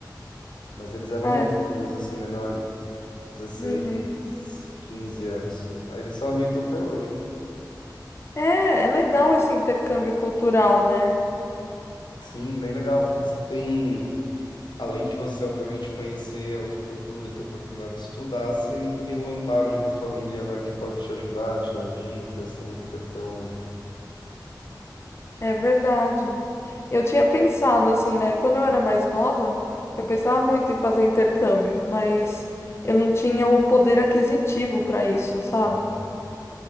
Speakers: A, on the left (about 85°); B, on the left (about 35°).
A: Mas eles eram
B: Ah,
A: novinhos,
B: é,
A: assim, menor, dezesseis,
B: uhum.
A: 15 anos. Aí eles são amigos até hoje.
B: É, é legal esse intercâmbio cultural, né?
A: Sim, bem legal, porque você tem, além de você, obviamente, conhecer a outra cultura, ter a oportunidade de estudar, você ainda tem o amparo de uma família, né, que pode te ajudar, te dar dicas, você não fica tão.
B: É verdade. Eu tinha pensado assim, né? Quando eu era mais nova, eu pensava muito em fazer intercâmbio, mas eu não tinha o poder aquisitivo para isso, sabe?
A: né?